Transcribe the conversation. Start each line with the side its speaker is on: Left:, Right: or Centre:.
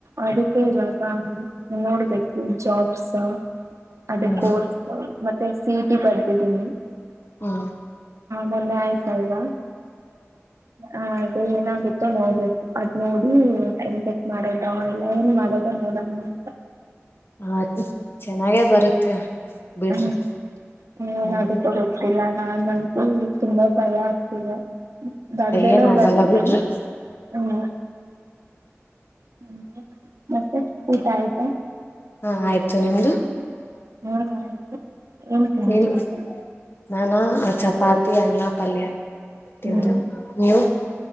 Right: ಅದಕ್ಕೆ ಇವಾಗ ನೋ ಜಾಬ್ಸ್ ಅದೇ
Left: ಹ್ಮ್
Right: ಕೋರ್ಸ್ ಮತ್ತೆ ಸಿಇಟಿ ಬರ್ಬೇ ಹನ್ನು <inaudible>
Left: ಹಾ
Right: ಮೊನ್ನೆ ಆಯ್ತಲ್ವ ಹ್ಮ ಏನಾಗುತ್ತೋ ನೋಡ್ಬೇಕು ಅದ್ ನೋಡಿ ಏನ್ ಚೆಕ್ ಮಾಡೋದ ಇಲ್ಲ ನೋಡ ನೋಡ ಮಂತ
Left: ಹಾ ಚೆನ್ನಾಗೇ ಬರುತ್ತೆ ಬಿಡ್ರಿ
Right: ಹ್ಮ್ ಏನಾಗುತ್ತಾ
Left: ಹ್ಮ್
Right: ಗೊತ್ತಿಲ್ಲ ನಾ <unintelligible> ತುಂಬಾ ಭಯ ಆಗ್ತಿದೆ ಬರದೇನೋ
Left: ಏನ್ ಆಗಲ್ಲ
Right: ಬರ್ದಿನಿ
Left: ಬಿಡ್ರಿ
Right: ಹ್ಮ್ ಹ್ಮ ಮತ್ತೆ ಊಟ ಆಯ್ತಾ
Left: ಹಾ ಆಯ್ತು ನಿಮ್ದ
Right: ಹ್ಮ್ ಆಯ್ತು ತಿಂದ್ರಿ
Left: ಏನ್
Right: ಊಟ
Left: ನಾನಾ ಅ ಚಾಪಾತಿ ಅನ್ನ ಪಲ್ಯ ತಿ
Right: ಹ್ಮ್
Left: ನೀವು